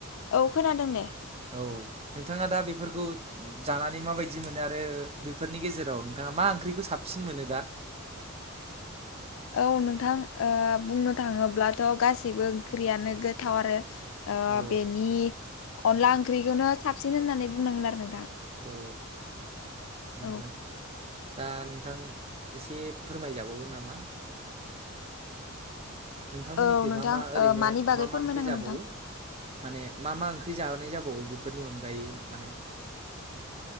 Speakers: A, on the left; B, on the right.
A: औ खोनादों दे।
B: औ नोंथाङा दा बेफोरखौ जानानै माबायदि मोनो आरो बेफोरनि गेजेराव नोंथाङा मा ओंख्रिखौ साबसिन मोनो दा?
A: औ नोंथां बुंनो थाङोब्लाथ' गासैबो ओंख्रियानो गोथाव आरो।
B: औ
A: बेनि अनला ओंख्रिखौनो साबसिन होननानै बुंनांगोन आरो नोंथां।
B: औ नोंथां
A: औ
B: दा नोंथां एसे फोरमायजाबावगोन नामा? नोंथांमोननिख्रुइ
A: औ नोंथां
B: मा मा ओरैनो
A: ओ मानि बागै
B: मा मा
A: फोरमायनांगोन
B: ओंख्रि जाबावो?
A: नोंथां
B: माने मा मा ओंख्रि जाबाय जाबावो बेफोरनि अनगायै, माने